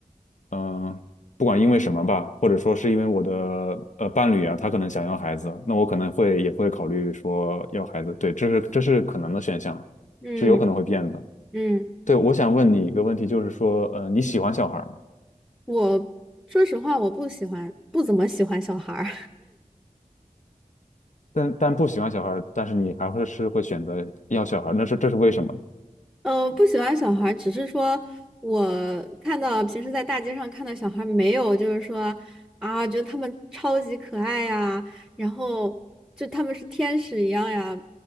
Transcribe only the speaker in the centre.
嗯
嗯，
我说实话，我不喜欢，不怎么喜欢小孩儿。
嗯，呃不喜欢小孩儿只是说我看到平时在大街上看到小孩儿没有，就是说啊，觉得他们超级可爱呀，然后就他们是天使一样呀，